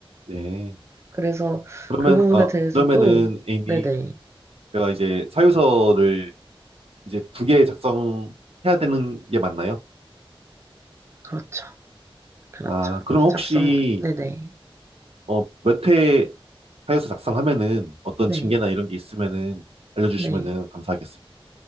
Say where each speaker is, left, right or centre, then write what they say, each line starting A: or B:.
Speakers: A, on the right; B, on the right.
A: 네.
B: 그래서
A: 그러면,
B: 그 부분에
A: 아,
B: 대해서도,
A: 그러면은, A님,
B: 네네,
A: 제가 이제 사유서를 이제 두 개 작성해야 되는 게 맞나요?
B: 그렇죠. 그렇죠.
A: 아, 그러면
B: 작성,
A: 혹시
B: 네네,
A: 어, 몇 회 하여서 작성하면은 어떤
B: 네,
A: 징계나 이런 게 있으면은 알려주시면은
B: 네.
A: 감사하겠습니다.